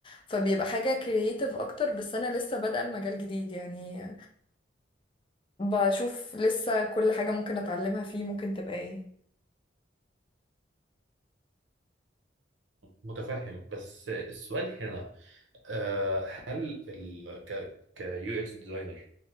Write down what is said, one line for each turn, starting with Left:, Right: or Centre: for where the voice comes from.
Left: فبيبقى حاجة كرييتيف اكتر بس انا لسه بادئة المجال جديد يعني بشوف لسه كل حاجة ممكن اتعلمها فيه ممكن تبقى ايه
Right: متفهم بس السؤال هنا آه، هل ال ك كيو اكس ديزاينر